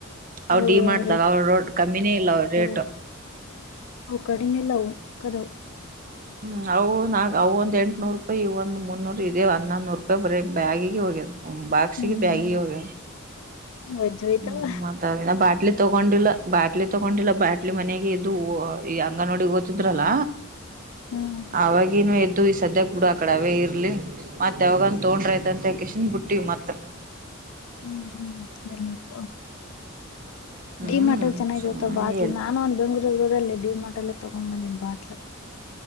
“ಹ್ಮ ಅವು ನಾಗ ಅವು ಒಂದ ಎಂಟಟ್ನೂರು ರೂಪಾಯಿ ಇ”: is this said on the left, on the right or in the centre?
Right